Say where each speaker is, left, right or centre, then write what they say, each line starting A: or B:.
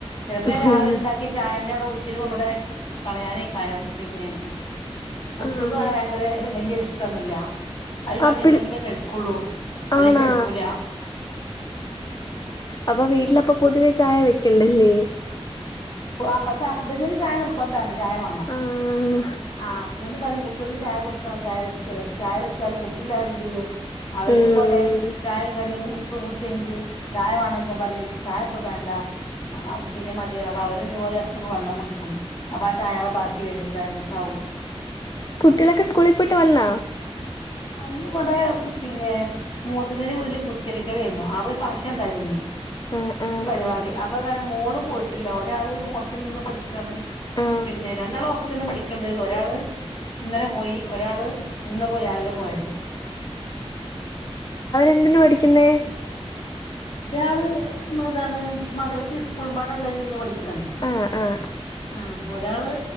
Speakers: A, on the left; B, on the left.
A: ചെൽപ്പോ ഞാ
B: ഹും
A: രാവിലണ്ടാക്ക്യ ചായന്നെ <unintelligible> ഇവടെ കളയാനേക്കാരം പിന്നെ. കുട്ട്യൾക്കു
B: ആഹ്
A: അങ്ങനെ ഭയങ്കര വല്യൊരു ഇഷ്ടൊന്നുല്ല്യ. അത് കടി
B: ആപ്പിൾ
A: ണ്ടെങ്കിലേ കഴിക്കുള്ളൂ അല്ലെിങ്കി
B: ആണാ
A: കയിക്കൂല.
B: അപ്പൊ വീട്ടിലപ്പ പൊതുവേ ചായ വെക്കണ്ടല്ലേ?
A: <unintelligible> പഷെ ഹസ്ബന്റിന് ചായ നിർബന്ധാണ് ചായ വാണം
B: ആഹ്
A: ആ ഹസ്ബന്റ് പറയും കുട്ട്യാക് ചായ കൊടുക്കണം ചായ വെക്ക് ന്ന് പഷെ ചായ വെച്ചാലും കുട്ട്യാൾ. <unintelligible> അവരിതുപോലെ
B: ഉം
A: ചായ കടിം ക്കൊ കുട്ചൈഞ്ട്ട് ചായ വേണോയ്ച്ച പറിം ചായ ഇപ്പ വേണ്ട ആ പിന്നെ മതിയറിം. പ്പൊ അവരും ഇതുപോലെ എട്ക്കൊക്കെ വെള്ളം കുടിക്കും അപ്പൊ ആ ചായ അവുടെ ബാക്കി വരും ബാലൻസാവും.
B: കുട്ടികളൊക്കെ സ്കൂളി പോയിട്ട് വന്നാ?
A: അന്ന് ഇവിടെ പിന്നെ മൂത്തച്ഛന്റെ വീട്ടില് കുറ്റിയടിക്കലേര്ന്നു ആ ഒരു ഫംഗ്ഷൻ ഇണ്ടായിരുന്നു
B: ആ ആ
A: പരിവാടി അപ്പൊ ഇങ്ങനെ മോള് പോയിട്ടില്ല ഒരാള് ഹോസ്റ്റലിൽ നിന്ന് പഠിക്കാണ്.
B: ആ
A: പിന്നെ രണ്ടാള് ഹോസ്റ്റൽന്ന് പഠിക്ക്ണ്ട് ഒരാള്. ഇന്നലെ പോയി ഒരാള് ഇന്ന്പ്പ രാവിലെ പോയത്
B: എന്തിനു പഠിക്കുന്നേ?
A: ഇയാള് മ എതാണ് മദ്രസി സ്കൂളമ്പാടള്ളയിൽ നിന്ന് പഠി കാണ്
B: ആ ആ
A: ആ ഒരാള്